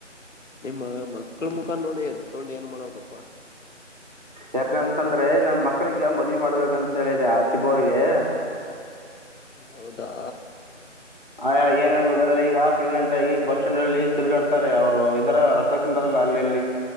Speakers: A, on the left; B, on the right.
A: ನಿಮ್ಮ ಮಕ್ಲ್ ಮುಖಾನ್ ನೋಡಿ ತಗೊಂಡು ಏನ್ ಮಾಡ್ಬೇಕಪ್ಪ
B: ಯಾಕಂತಂದ್ರೆ ನನ್ ಮಕ್ಳಿಗೆ ಮದ್ವಿ ಮಾಡ್ಬೇಕಂತ ಹೇಳಿದೆ ಆ ಸಿಬ್ಬವಿಗೆ
A: ಹೌದಾ
B: ಆಯ ಏನ್ನ್ಬೇಕಂದ್ರೆ ಈಗ ಆ ಪ್ರೆಸಿಡೆಂಟ್ ಆಗಿ ಬಸ್ ಸ್ಟ್ಯಾಂಡ್ ಅಲ್ಲಿ ತಿರುಗಾಡ್ತಾರೆ ಅವ್ರು ಇದರ <unintelligible> ರೊತಿಂದ ಅಲ್ಲಿಲ್ಲಿ